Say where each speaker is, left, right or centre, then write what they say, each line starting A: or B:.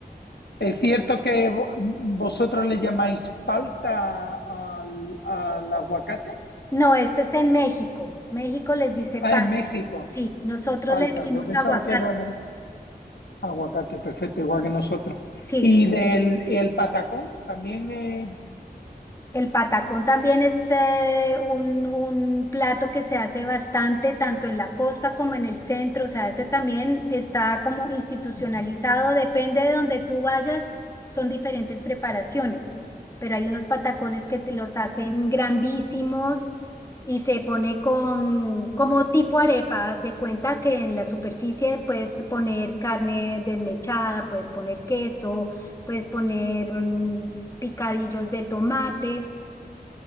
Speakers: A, on the left; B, on the left.
A: es cierto que vo- vosotros le llamáis palta al, al aguacate.
B: No, este es en México. México les dice palta.
A: Ah, en México,
B: Sí, nosotros
A: palta.
B: le decimos
A: Yo pensaba
B: aguacate.
A: que era de aguacate, perfecto, igual que nosotros.
B: Sí,
A: Y del y el patacón también
B: El patacón también es eh, un, un plato que se hace bastante, tanto en la costa como en el centro. O sea, ese también está como institucionalizado,
A: es.
B: depende de donde tú vayas, son diferentes preparaciones. Pero hay unos patacones que te los hacen grandísimos y se pone con como tipo arepa. Haz de cuenta que en la superficie puedes poner carne desmechada, puedes poner queso, puedes poner mm, picadillos de tomate,